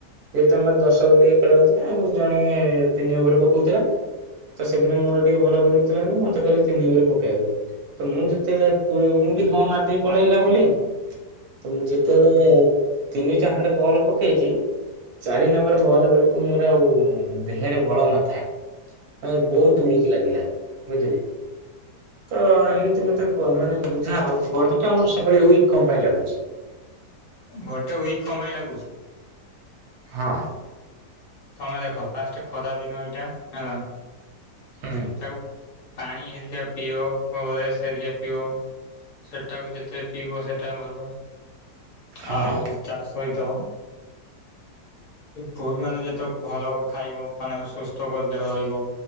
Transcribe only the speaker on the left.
ବଡିଟା ୱିକ କଣ ପାଇଁ ଲାଗୁଛି?
ତମେ ଦେଖ ଫାର୍ଷ୍ଟ ଖରାଦିନ ଏଇଟା, ହେଲା।
ତାକୁ ପାଣି ହେରିକା ପିଅ ଓଆର୍ସ୍ ହେରିକା ପିଅ। ସେଟାକୁ ଯେତେ ପିଇବ ସେଟା ଭଲ।
ଆଉ ତା ସହିତ ପୁ ମାନେ ଯେ ତ ଭଲ ଖାଇବ ମାନେ ସୁସ୍ଥ କରି ଦେହ ରହିବ